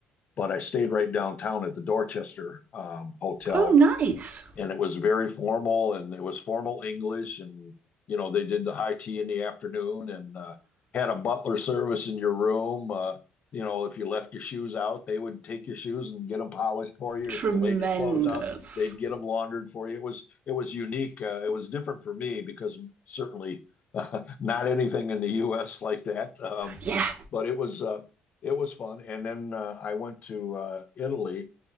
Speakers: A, on the left; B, on the right.
A: But I stayed right downtown at the Dorchester um, Hotel,
B: Oh, nice.
A: and it was very formal and it was formal English and you know they did the high tea in the afternoon and uh, had a butler service in your room. Uh, you know if you left your shoes out, they would take your shoes and get them polished for you.
B: Tremendous.
A: If you laid your clothes out, they'd get them laundered for you. It was it was unique. Uh, it was different for me because certainly <laughs> uh, not anything in the U.S. like that. Um,
B: Yeah.
A: but it was uh, it was fun. And then uh, I went to uh, Italy